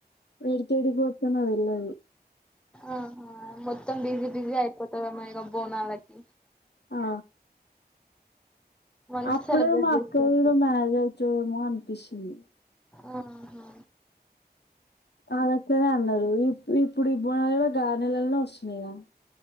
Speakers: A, on the left; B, in the centre.
A: ఏడీకి ఏడీకి పోతున్నవే <unintelligible>
B: ఆహా మొత్తం బిజీ బిజీ అయిపోతదేమో ఇగ బోనాలకి
A: ఆ
B: మంచి
A: అప్పుడు
B: సెలబ్రేట్
A: మాకు
B: చేస్తారు
A: ఇంగ బాగై చు ఏమో అనిపిస్తుంది
B: ఆహా
A: ఆగస్ట్ లోనే అన్నరు ఇప్ ఇప్పుడు ఇబ్ బోనలో గగా నెలనే వస్తున్నాయి ఇగ